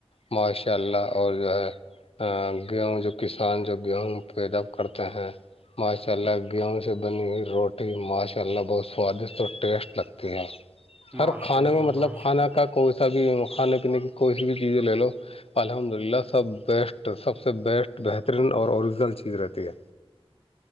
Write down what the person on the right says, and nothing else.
ماشاء
اللہ
ماشاء
اللہ